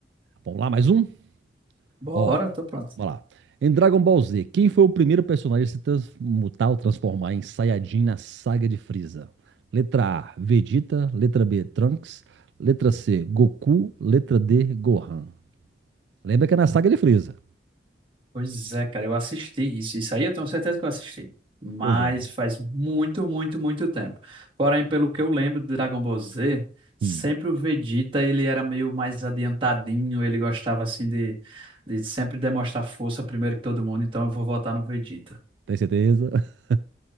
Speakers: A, on the right (about 75°); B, on the right (about 30°).
A: Vamos lá, mais um?
B: Bora,
A: Ó,
B: tô pronto.
A: Vamos lá. Em Dragon Ball Z, quem foi o primeiro personagem a se transmutar ou transformar em Saiyajin na saga de Frieza? Letra A, Vegeta. Letra B, Trunks. Letra C, Goku. Letra D, Gohan. Lembra que é na saga de Frieza.
B: Pois é, cara, eu assisti isso. Isso aí eu tenho certeza que eu assisti. Mas
A: Pois é.
B: faz muito, muito, muito tempo. Porém, pelo que eu lembro do Dragon Ball Z, sempre
A: Hum,
B: o Vegeta, ele era meio mais adiantadinho, ele gostava assim de, de sempre demonstrar força primeiro que todo mundo, então eu vou votar no Vegeta.
A: tem certeza? <laughs>